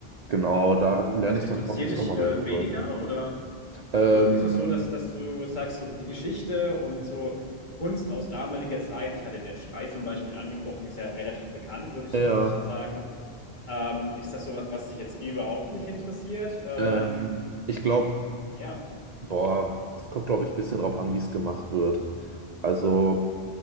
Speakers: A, on the right; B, on the left.
A: genau, aber da lerne
B: das
A: ich
B: interessiert
A: dann hoffentlich
B: dich
A: auch mal
B: äh,
A: mehr drüber.
B: weniger oder?
A: Ähm,
B: Also ist es so, dass, dass du sagst, so die Geschichte und so Kunst aus damaliger Zeit, ich hatte der Schrei zum Beispiel angesprochen, ist ja relativ bekannt, würde ich,
A: ja,
B: würde ich jetzt sagen. Ähm, ist das sowas, was dich jetzt überhaupt nicht interessiert? Ähm,
A: ähm, ich glaube,
B: ja,
A: boah, es kommt, glaube ich, ein bisschen drauf an, wie es gemacht wird. Also